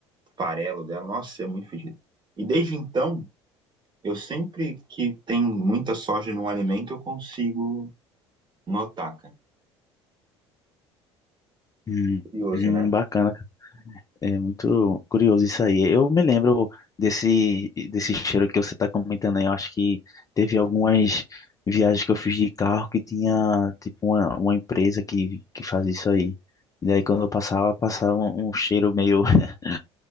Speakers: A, on the right; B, on the left.
A: farelo dela, nossa, é muito fedido. E desde então, Eu sempre que tem muita soja num alimento, eu consigo notar, cara.
B: Hum,
A: Curioso,
B: hum,
A: né?
B: bacana. É muito curioso isso aí. Eu me lembro desse, desse cheiro que você está comentando aí. Eu acho que teve algumas viagens que eu fiz de carro que tinha, tipo, uma, uma empresa que, que faz isso aí. E daí, quando eu passava, passava um, um cheiro meio, <laughs>